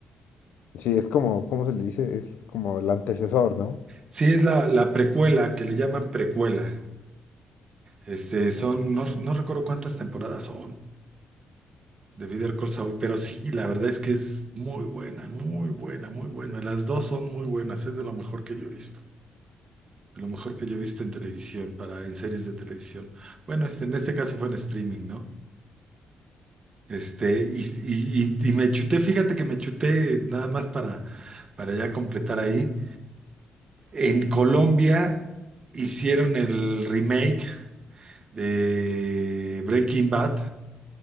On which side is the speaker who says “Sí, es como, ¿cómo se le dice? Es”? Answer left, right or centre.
Left